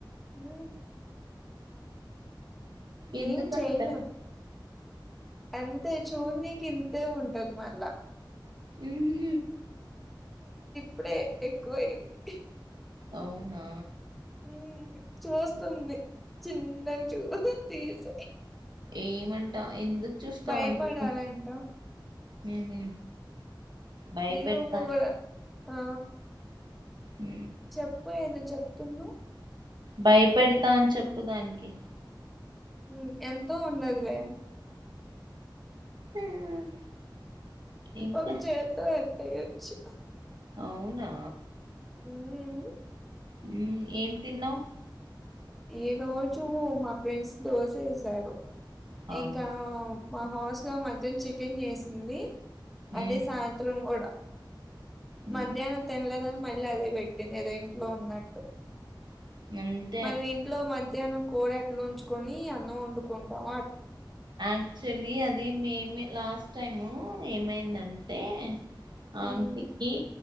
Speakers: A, in the centre; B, on the right.
A: ఊ
B: ఎందుకంట
A: ఏం చెయలేం అంతే చూన్నీకి ఇంతే ఉంటది మళ్ళా
B: ఉహు
A: అప్పుడే ఎక్కువ అయింది
B: అవునా
A: ఉ చూస్తుంది చిన్నగ చూ తీసి
B: ఏమంట ఎందుకు చూస్తావ్
A: భయపడాలంట
B: అని చెప్పు ఉహు భయపెడతా
A: మీ రూమ్ లొ కూడ ఆ
B: ఉ
A: చెప్పు ఏందో చెప్తున్నావ్
B: భయపెడతా అని చెప్పు దానికి
A: ఉ ఎంత ఉండదిలే
B: ఉమ్. ఇంకా
A: ఒక చేత్తో ఏయచ్చు
B: అవునా
A: మ్మ్
B: మ్మ్ ఏం తిన్నావ్
A: ఈ రోజు మా ఫ్రెండ్స్ దోసేసారు
B: అవు
A: ఇంకా మా హాస్ట్ లో మధ్యం చికెన్ చేసింది అదే
B: ఉమ్,
A: సాయంత్రం కూడా
B: ఉమ్,
A: మధ్యాహ్నం తినలేదా మళ్ళీ అదే పెట్టింది ఏదో ఇంట్లో ఉన్నట్టు
B: మ్మ్
A: మనం ఇంట్లో మధ్య హ్నం కూరట్లు ఉంచుకొని అన్నం వండుకుంటాం
B: ఆక్చళ్లి అది మేము మీర్ లాస్ట్ టైమ్ ఏమైందంటే
A: ఉమ్
B: ఆంటిక్కి